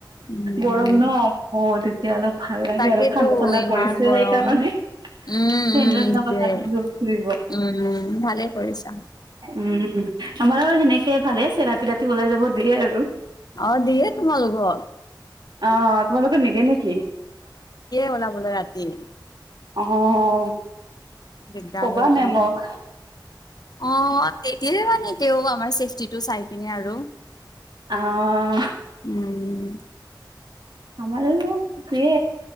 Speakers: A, on the left; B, on the right.
A: উম
B: গৰম ন বহুত। এতিয়া অলপ ভাল লাগে
A: তাকেতো
B: আৰু ঠাণ্ডা ঠাণ্ডা
A: ইমান
B: পৰিছে
A: গৰম
B: সেইকাৰণে।
A: উম
B: সেইদ
A: উম
B: লগাকত
A: সেইটোৱে
B: আহি ফুব
A: উম উম ভালে কৰিছা
B: উম। আমাৰ সেনেকে ভালে আছে ৰাতি ৰাতি ওলাই যাব দিয়ে আৰু।
A: অ দিয়ে তোমালোকক
B: অহ তোমালোকৰ নিদিয়ে নেকি।
A: বলা বল ৰাতি।
B: অ।
A: দিগদাৰ
B: ক'বা
A: হয়
B: মেমক।
A: সেই অ এতিয় মানে তেওঁ আমাৰ চেফটি। টো চাই পিনে আৰু
B: অ',
A: উম।
B: আমাৰ দিয়ে।